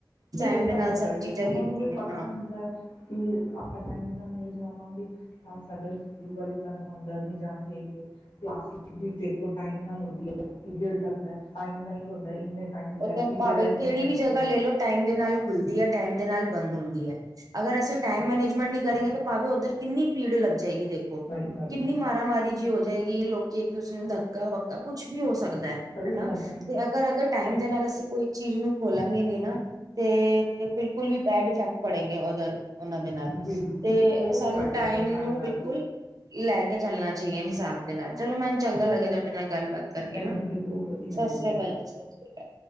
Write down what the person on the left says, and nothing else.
ਵੀ
ਉਹ
ਤਾਂ
ਹੁੰਦਾ
ਹੀ
ਹੈ। ਉਹਨਾਂ
ਨੂੰ ਵੀ
ਪਤਾ
ਹੁੰਦਾ ਹੈ। ਕਿ ਆਪਾਂ ਟਾਈਮ ਨਾਲ ਨਹੀਂ ਜਾਵਾਂਗੇ ਤਾਂ ਸਾਡਾ ਸਕੂਲ ਵਾਲੇ ਸਾਨੂੰ ਅੰਦਰ ਨਹੀਂ ਜਾਣ ਦੇਣਗੇ। ਕਲਾਸਿਸ ਵੀ ਦੇਖੋ ਟਾਈਮ ਨਾਲ ਹੁੰਦੀ ਹੈ। ਪੀਰੀਅਡ ਲੱਗਦਾ ਟਾਈਮ ਨਾਲ ਹੁੰਦਾ ਇੰਨੇ ਟਾਈਮ ਦਾ
ਹੈ ਪੀਰੀਅਡ
ਹੈ ਇੰਨੇ
ਟਾਈਮ
ਦਾ ਹੈ
ਸਹੀ ਗੱਲ
ਹੈ
ਸਹੀ
ਗੱਲ ਹੈ
ਬਿਲਕੁਲ
ਬਹੁਤ
ਫਾਇਦੇ
ਨੇ
ਨਾਲ
ਗੱਲ ਮੈਨੂੰ
ਵੀ ਬਹੁਤ ਵਧੀਆ
ਲੱਗਿਆ